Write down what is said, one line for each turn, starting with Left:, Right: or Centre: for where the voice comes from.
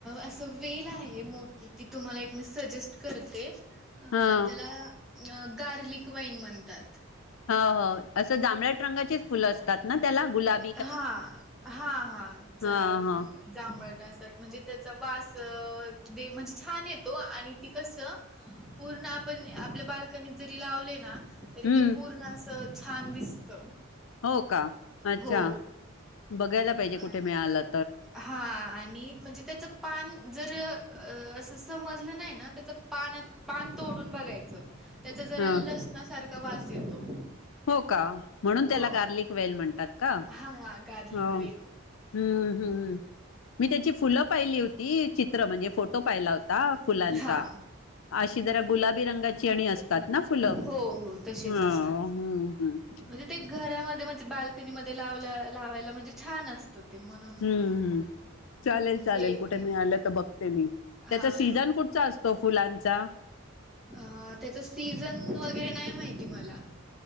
Centre: असं वेल आहे मोठी की तुम्हाला एक मी सजेस्ट करते अह
Left: हा
Centre: त्याला गार्लिक वाईन म्हणतात.
Left: हो हो असं जांभळट रंगाचीच फुलं असतात ना त्याला गुलाब
Centre: हा हा हा जरा
Left: हा हा
Centre: जांभळट असतात म्हणजे त्याचा वास म्हणजे छान येतो आणि ती कसं पूर्ण आपण आपल्या बाल्कनीत जरी लावले ना तरी
Left: हम्म
Centre: ते पूर्ण असं छान दिसत.
Left: हो का, अच्छा
Centre: हो
Left: बघायला पाहिजे
Centre: आ-
Left: कुठे मिळालात
Centre: हा आणि म्हणजे त्याचं पान जर असं अह समजलं नाही ना त्याच पान पान तोडून बघायचं त्याचा जरा
Left: ह
Centre: लसणासारखा वास येतो.
Left: हो का म्हणून त्याला
Centre: हो
Left: गार्लिक वेल म्हणतात का. हो.
Centre: हा गार्लिक वेल
Left: हम्म हम्म. मी त्याची फुलं पाहिली होती चित्र म्हणजे फोटो पाहिला होता फुलांचा
Centre: हा
Left: अशी जरा गुलाबी रंगाची आणि असतात ना फुलं
Centre: हो हो तशीच
Left: हा
Centre: असतात
Left: हम्म हम्म
Centre: म्हणजे ते घरां मधे म्हणजे बाल्कनी मध्ये लावल लावायला म्हणजे छान असतं ते म्हणून
Left: हम्म चालेल
Centre: म्हणजे
Left: चालेल
Centre: ते
Left: कुठे मिळालं तर बघते मी. त्याचा
Centre: हा
Left: सीझन कुठचा असतो फुलांचा?
Centre: अह त्याचा सीझन वगैरे नाही माहिती मला.